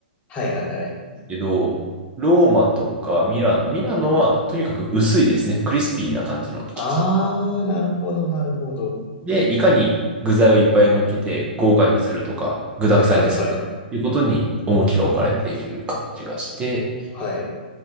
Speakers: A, on the left; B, on the right.
A: はいはいはい。
B: けど、ローマとかミラノ、ミラノはとにかく薄いですね。クリスピーな感じの生地。
A: あー、なるほど、なるほど。
B: で、いかに具材をいっぱい乗っけて豪華にするとか、具沢山にするか、
A: はいはいはい。
B: いうことに重きが置かれている感じがして、
A: はい。